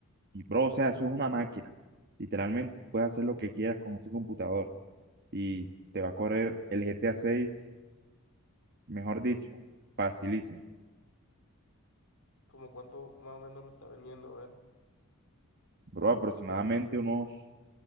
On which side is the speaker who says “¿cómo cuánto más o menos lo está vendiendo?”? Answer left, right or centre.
Left